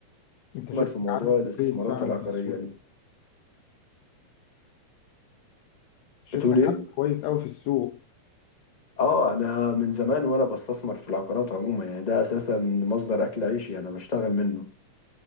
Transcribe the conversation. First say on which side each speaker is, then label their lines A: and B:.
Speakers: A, on the left (about 80°); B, on the left (about 20°).
A: انت شكلك
B: عموما في موضوع
A: عارف
B: الاستثمارات
A: كويس فعلا
B: العقاريه
A: في السوق
B: دي
A: شكلك
B: بتقول ايه
A: عارف كويس قوي في السوق
B: اه انا من زمان وانا بستثمر في العقارات عموما يعني ده اساسا مصدر اكل عيشي انا بشتغل منه